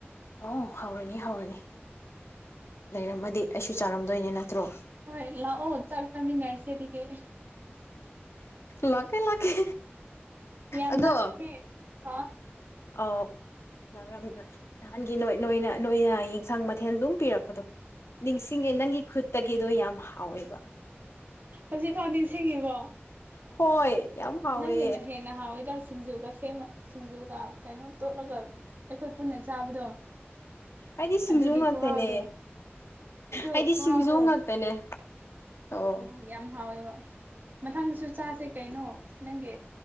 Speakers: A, on the left; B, on the right.
A: ꯑꯣ ꯍꯥꯎꯔꯅꯤ ꯍꯥꯎꯔꯅꯤ ꯂꯩꯔꯝꯃꯗꯤ ꯑꯩꯁꯨ ꯆꯥꯔꯝꯗꯣꯏꯅꯦ ꯅꯠꯇ꯭ꯔꯣ
B: ꯍꯣꯏ ꯂꯥꯛꯑꯣ ꯆꯥꯛ ꯆꯥꯃꯤꯟꯅꯔꯁꯦ ꯑꯗꯨꯗꯤ
A: ꯂꯥꯛꯀꯦ ꯂꯥꯛꯀꯦ
B: ꯌꯥꯝꯅ
A: ꯑꯗꯣ
B: ꯅꯛꯄꯅꯦ ꯍꯥ
A: ꯑꯧ ꯅꯒ꯭ꯔꯥꯝ ꯅꯣꯏ ꯅꯍꯥꯟꯒꯤ ꯅꯣꯏ ꯅꯣꯏꯅ ꯅꯣꯏꯅ ꯌꯦꯟꯁꯥꯡ ꯃꯊꯦꯜ ꯑꯗꯨꯝ ꯄꯤꯔꯛꯄꯗꯣ ꯅꯤꯡꯁꯤꯡꯉꯦ ꯅꯪꯒꯤ ꯈꯨꯠꯇꯒꯤꯗꯣ ꯌꯥꯝ ꯍꯥꯎꯋꯦꯕ
B: ꯍꯧꯖꯤꯛꯀꯥꯟ ꯅꯤꯡꯁꯤꯡꯉꯤꯕꯣ
A: ꯍꯣꯏ ꯌꯥꯝ ꯍꯥꯎꯋꯦ
B: ꯅꯪꯒꯤꯅ ꯍꯦꯟꯅ ꯍꯥꯎꯋꯤꯗ ꯁꯤꯡꯖꯨꯒ ꯁꯦꯝ ꯁꯤꯡꯖꯨꯒ ꯀꯩꯅꯣ ꯇꯣꯠꯂꯒ ꯑꯩꯈꯣꯏ ꯄꯨꯟꯅ ꯆꯥꯕꯗꯣ
A: ꯑꯩꯗꯤ ꯁꯤꯡꯖꯨ
B: ꯑꯗꯨꯒꯤ
A: ꯉꯥꯛꯇꯅꯦ
B: ꯈꯨꯍꯥꯎꯗꯣ ꯑꯗꯨ
A: ꯑꯩꯗꯤ
B: ꯈꯨꯍꯥꯎꯗꯣ
A: ꯁꯤꯡꯖꯨ ꯉꯥꯛꯇꯅꯦ ꯑꯧ
B: ꯑꯣ ꯌꯥꯝ ꯍꯥꯎꯋꯦꯕ ꯃꯊꯪꯗꯁꯨ ꯆꯥꯁꯦ ꯀꯩꯅꯣ ꯅꯪꯒꯤ